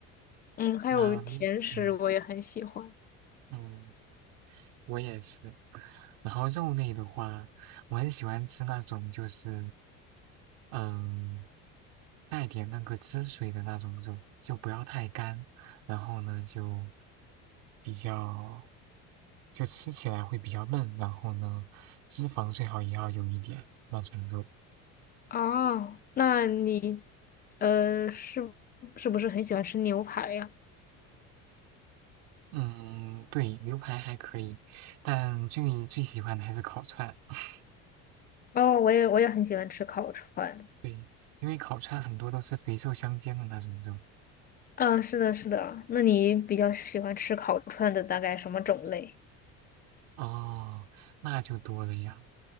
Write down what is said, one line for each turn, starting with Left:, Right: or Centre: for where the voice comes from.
Left: 嗯，还有甜食我也很喜欢。
Right: 那你，嗯嗯。我也是。然后肉类的话，我很喜欢吃那种就是，嗯，带点那个汁水的那种肉，就不要太干。然后呢，就比较，就吃起来会比较嫩。然后呢，脂肪最好也要有一点那种肉。
Left: 哦，那你呃是是不是很喜欢吃牛排呀？
Right: 嗯，对，牛排还可以，但最最喜欢的还是烤串。<laughs>
Left: 哦，我也我也很喜欢吃烤串。
Right: 对，因为烤串很多都是肥瘦相间的那种肉。
Left: 嗯，是的，是的。那你比较喜欢吃烤串的大概什么种类？
Right: 哦，那就多了呀，